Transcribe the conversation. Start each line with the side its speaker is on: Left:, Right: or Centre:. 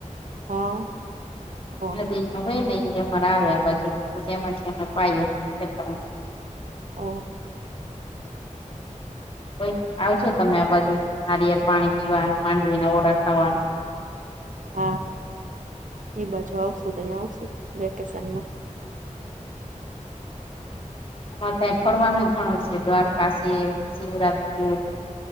Right: હા ઓ.
Left: નદી નું હોય નઈ એ અમારે આવે બાજુ પછી એમાંથી અમે પાએ ખેતરમાં.
Right: ઓ
Left: કોઈ આવજો તમે આ બાજુ નારિયેળ પાણી પીવાન માંડવી ના ઓરા ખાવાન.
Right: હા એ બાજુ આવશું તહીં આવશું વેકેશનમાં.
Left: હ ત્યાં ફરવાનુંય ગણું શે દ્વારકા શે શિવરાજપુર